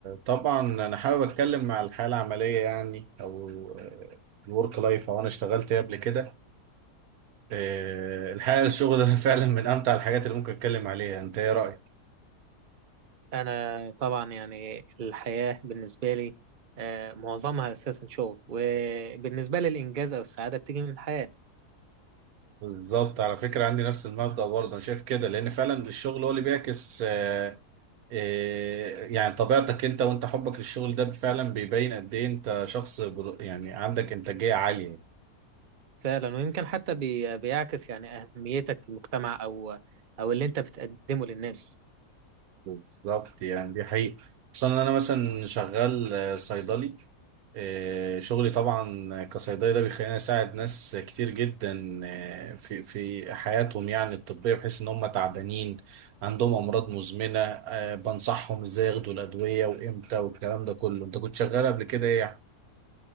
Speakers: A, on the right; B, on the right.
A: طبعا انا حابب اتكلم مع الحياه العمليه يعني او الورك لايف او انا اشتغلت ايه قبل كده آه، الحقيقه الشغل ده <laughs> فعلا من امتع الحاجات اللي ممكن اتكلم عليها انت ايه رايك
B: أنا طبعا يعني الحياة بالنسبة لي آه، معظمها أساسا شغل وبالنسبة لي الإنجاز أو السعادة بتيجي من الحياة
A: بالظبط على فكره عندي نفس المبدا برضه انا شايف كده لان فعلا الشغل هو اللي بيعكس آه، آه، يعني طبيعتك انت وانت حبك للشغل ده فعلا بيبين قد ايه انت شخص بر- يعني عندك انتاجيه عاليه
B: فعلا ويمكن حتى بي- بيعكس يعني أهميتك في المجتمع أو أو اللي أنت بتقدمه للناس
A: بالظبط يعني دي حقيقة خصوصا ان انا مثلا شغال آه، صيدلي آه، شغلي طبعا كصيدلي ده بيخليني اساعد ناس كتير جدا آه، في في حياتهم يعني الطبية بحيث ان هم تعبانين عندهم امراض مزمنة آه، بنصحهم ازاي ياخدوا الادوية وامتى والكلام ده كله انت كنت شغال قبل كده ايه يعني؟